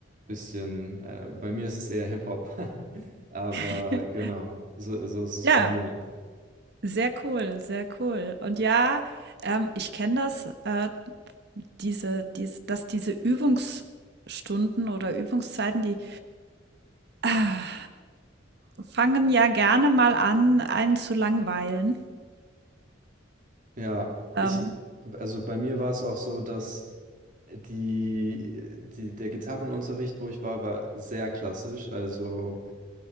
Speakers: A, on the right (about 45°); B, on the right (about 60°).
A: bisschen, äh, bei mir ist es eher Hip-Hop, <laughs> aber
B: <laughs>
A: genau, so, so ist es
B: Ja,
A: bei mir.
B: sehr cool, sehr cool. Und ja, ähm, ich kenne das, äh, diese, dies, dass diese Übungsstunden oder Übungszeiten, die ah, fangen ja gerne mal an, einen zu langweilen.
A: Ja,
B: Ähm,
A: ich, also bei mir war es auch so, dass die, die, der Gitarrenunterricht, wo ich war, war sehr klassisch, also